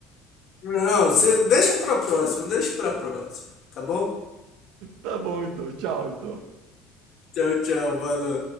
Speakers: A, on the left; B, on the right.
A: Não, você deixa pra próxima, deixa pra próxima, tá bom?
B: Tá bom, então, tchau, então.
A: Tchau, tchau, valeu.